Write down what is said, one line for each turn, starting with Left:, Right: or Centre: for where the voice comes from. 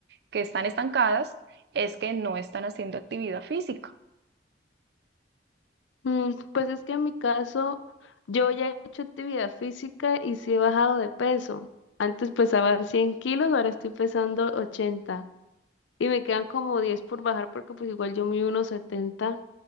Right: que están estancadas es que no están haciendo actividad física.
Left: mm, pues es que en mi caso Yo ya he hecho actividad física y sí he bajado de peso. Antes pesaba 100 kilos, ahora estoy pesando ochenta Y me quedan como 10 por bajar porque pues igual yo mido unos setenta